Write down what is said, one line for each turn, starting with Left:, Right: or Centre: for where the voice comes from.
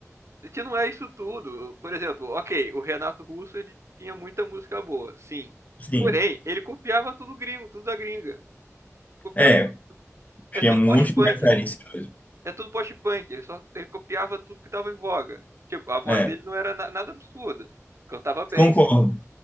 Right: que não é isso tudo. Por exemplo, ok, o Renato Russo ele tinha muita música boa, sim.
Left: Sim,
Right: Porém, ele copiava tudo gringo, tudo da gringa. Copiava
Left: é,
Right: tudo,
Left: tinha
Right: é tudo
Left: um
Right: post-punk.
Left: monte de referência mesmo.
Right: É tudo post-punk. Ele só ele copiava tudo que tava em voga. Tipo, a voz
Left: É,
Right: dele não era na- nada absurda. Cantava bem,
Left: concordo.
Right: sim.